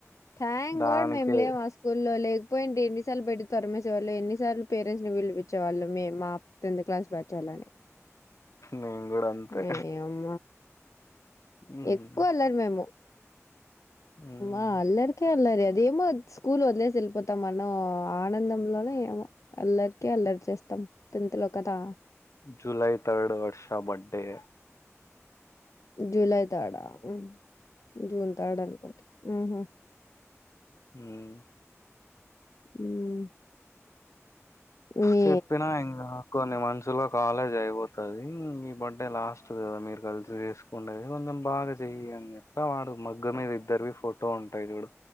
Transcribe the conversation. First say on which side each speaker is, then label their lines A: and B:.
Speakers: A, on the left; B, on the left.
A: థ్యాంక్
B: దానికే
A: గాడ్ మేము లేమ్ ఆ స్క్ స్కూల్లో లేకపోయిన్టె ఎన్నిసార్లు బయటికి తరిమేసేవాలొ ఎన్నిసార్లు పేరెంట్స్ ని పిలిపించేవాలొ మేమ్ మా టెంత్ క్లాస్ బచ్ఛాలని
B: నేను కూడా అంతే
A: ఎ ఏమ్
B: ఉమ్,
A: ఎక్కువ్ అల్లర్ మేము
B: ఉమ్,
A: ఆ అల్లరికే అల్లరి అదేమో స్కూల్ వదిలేసి వెళ్ళిపోతాం మనో ఆనందంలోనే ఏమ్ అల్లర్కె అల్లర్ చేస్తాం టెన్త్ లొ కదా
B: July third Varsha birthday
A: July థర్డా హ్మ్ జూన్ థర్డ్ అనుకున్టి హ్మ్
B: హ్మ్
A: హ్మ్ మీ
B: చెప్పినా ఇంగ కొన్ని మంత్సు లో కాలేజ్ అయిపోతాది హ్మ్ ఈ బర్డే లాస్ట్ కదా మీరు కల్సి ఉండెది కొంచెం బాగా చెయ్య అన్ చెప్ప వాడు మగ్గ మీద ఇద్దర్వి ఫోటో ఉంటయ్ జూడు